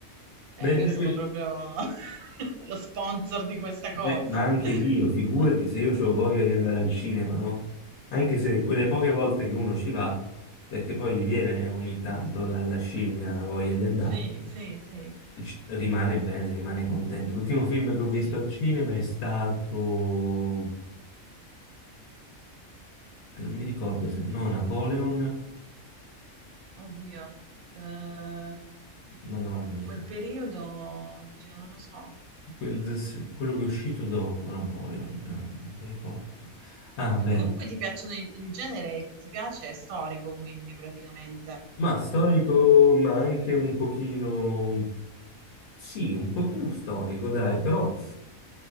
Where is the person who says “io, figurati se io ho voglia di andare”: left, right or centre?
Left